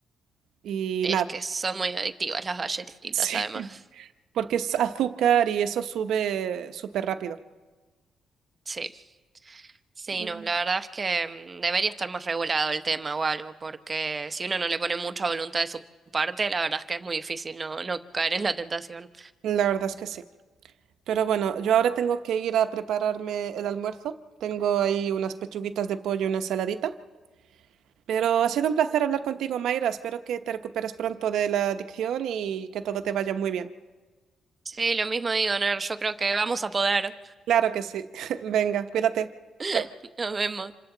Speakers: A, on the right; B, on the right.
A: Y
B: Es
A: nada,
B: que son muy adictivas las galletitas,
A: <laughs> sí,
B: además.
A: porque es azúcar y eso sube súper rápido.
B: Sí. Sí,
A: y
B: no, la verdad es que mm, debería estar más regulado el tema o algo, porque si uno no le pone mucha voluntad de su parte, la verdad es que es muy difícil no, no caer en la tentación.
A: La verdad es que sí. Pero bueno, yo ahora tengo que ir a prepararme el almuerzo. Tengo ahí unas pechuguitas de pollo y una ensaladita. Pero ha sido un placer hablar contigo, Mayra. Espero que te recuperes pronto de la adicción y que todo te vaya muy bien.
B: Sí, lo mismo digo, Ner, yo creo que vamos a poder.
A: Claro que sí. <laughs> Venga, cuídate.
B: <laughs>
A: Chao.
B: Nos vemos.